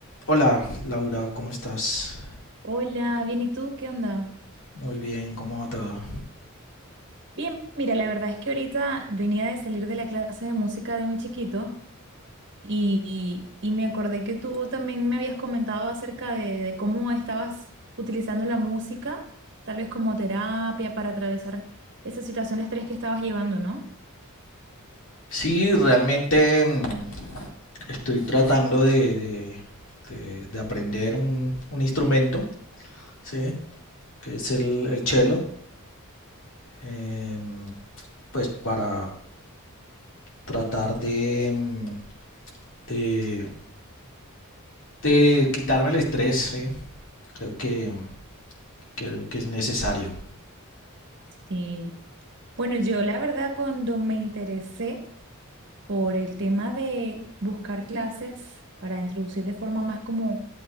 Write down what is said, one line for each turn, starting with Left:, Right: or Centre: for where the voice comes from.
Left: Hola, Laura, ¿cómo estás?
Right: Hola, bien, ¿y tú? ¿Qué onda?
Left: Muy bien, ¿cómo va todo?
Right: Bien, mira, la verdad es que ahorita venía de salir de la clase de música de mi chiquito y, y me acordé que tú también me habías comentado acerca de, de cómo estabas utilizando la música, tal vez como terapia para atravesar esa situación de estrés que estabas llevando, ¿no?
Left: Sí, realmente mm, estoy tratando de, de- de- de aprender un, un instrumento, ¿sí? Que es el, el cello, em, pues para tratar de, mm, de, de quitarme el estrés, ¿sí? Creo que, creo que es necesario.
Right: Sí. Bueno, yo la verdad cuando me interesé por el tema de buscar clases para introducir de forma más como